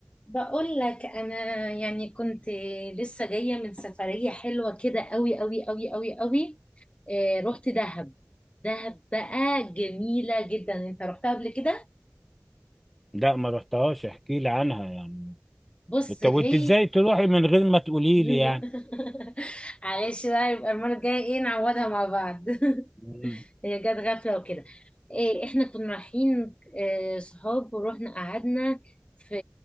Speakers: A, on the left (about 25°); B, in the centre.
A: بقول لك انا يعني كنت لسه جايه من سفريه حلوه كده قوي قوي قوي قوي قوي آه رحت دهب دهب بقى جميله جدا انت رحتها قبل كده
B: لا ما رحتهاش احكي لي عنها يعني
A: بص
B: انت
A: هي
B: وانت ازاي تروحي من غير ما تقولي
A: <laughs>
B: لي يعني
A: معلش بقى يبقى المره الجايه ايه نعوضها مع بعض <laughs>
B: مم.
A: هي جت غفله وكده إيه احنا كنا رايحين آه، صحاب ورحنا قعدنا في